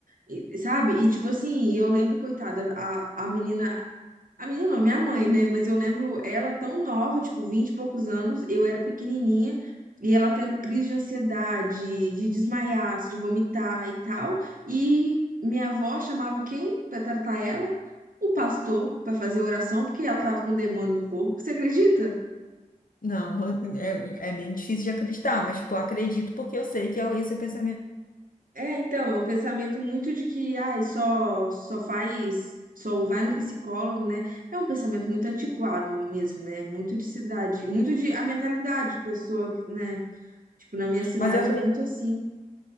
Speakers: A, on the right (about 80°); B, on the left (about 80°).
A: E- Sabe? E tipo assim, eu lembro, coitada, a, a menina. A menina não, minha mãe, né? Mas eu lembro ela tão nova, tipo, 20 e poucos anos, eu era pequenininha, e ela tendo crise de ansiedade, de desmaiar, de vomitar e tal. E minha avó chamava quem pra tratar ela? O pastor, pra fazer oração, porque ela tava com um demônio no corpo. Você acredita?
B: Não, não, é, é bem difícil de acreditar, mas, tipo, acredito porque eu sei que é o- esse é o pensamento.
A: É, então, é um pensamento muito de que, ai, só só faz, só vai no psicólogo, né? É um pensamento muito antiquado mesmo, né? Muito de cidade, muito de a mentalidade de pessoa, né? Tipo, na minha cidade
B: Mas eu
A: é muito assim.